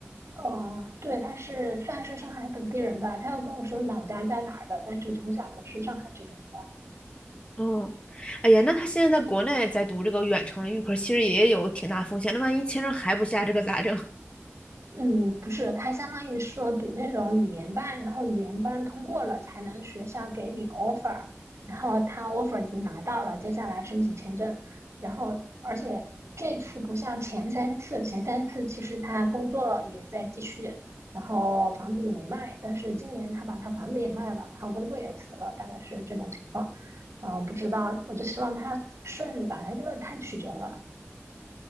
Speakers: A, on the right (about 75°); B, on the left (about 25°).
A: 嗯、对，他是算是上海本地人吧，他又跟我说老家在哪儿的，但是从小就是上海这边的。
B: 哦，哎呀，那他现在在国内在读这个远程的预科，其实也有挺大风险。那万一签证还不下，这可咋整？
A: 嗯，不是，它相当于说读那种语言班，然后语言班通过了才能学校给你 offer，然后他 offer 已经拿到了，接下来申请签证，然后而且这次不像前三次，前三次其实他工作也在继续，然后房子也没卖，但是今年他把他房子也卖了，然后工作也辞了，大概是这种情况，啊、我不知道，我就希望他顺利吧，他这个太曲折了。